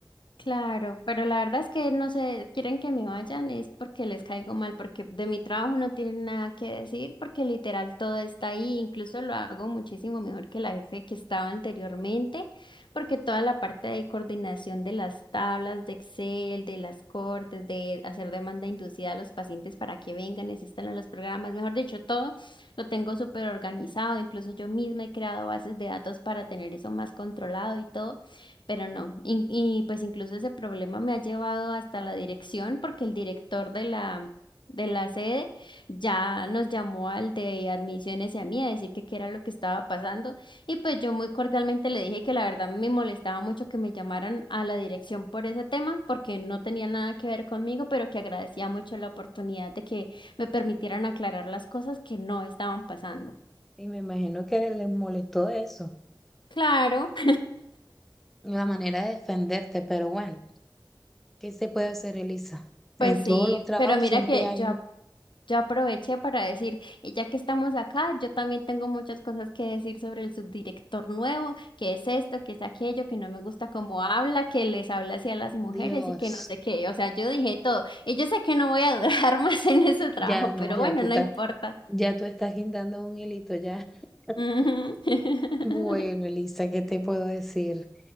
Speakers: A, on the left; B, in the centre.
A: Claro, pero la verdad es que no se quieren que me vayan, es porque les caigo mal, porque de mi trabajo no tienen nada que decir, porque literal todo está ahí, incluso lo hago muchísimo mejor que la jefe que estaba anteriormente, porque toda la parte de coordinación de las tablas de Excel, de las cortes, de hacer demanda inducida a los pacientes para que vengan y asistan a los programas, mejor dicho, todo lo tengo súper organizado, incluso yo misma he creado bases de datos para tener eso más controlado y todo. Pero no, in- y pues incluso ese problema me ha llevado hasta la dirección porque el director de la, de la sede ya nos llamó al de admisiones y a mí a decir que qué era lo que estaba pasando y pues yo muy cordialmente le dije que la verdad me molestaba mucho que me llamaran a la dirección por ese tema porque no tenía nada que ver conmigo, pero que agradecía mucho la oportunidad de que me permitieran aclarar las cosas que no estaban pasando.
B: Y me imagino que les molestó eso,
A: Claro. <laughs>
B: la manera de defenderte, pero bueno, ¿qué se puede hacer, Elisa? En
A: Pues sí,
B: todos los trabajos
A: pero mira
B: siempre
A: que
B: hay,
A: yo, Yo aproveché para decir, y ya que estamos acá, yo también tengo muchas cosas que decir sobre el subdirector nuevo, que es esto, que es aquello, que no me gusta cómo habla, que les habla así a las mujeres
B: Dios,
A: y que no sé qué. O sea, yo dije todo. Y yo sé que no voy a durar <laughs> más en ese trabajo,
B: ya no,
A: pero
B: ya
A: bueno,
B: tú
A: no
B: estás,
A: importa.
B: ya tú estás guindando un hilito ya. <laughs>
A: Ujú. <laughs>
B: Bueno, Elisa, ¿qué te puedo decir?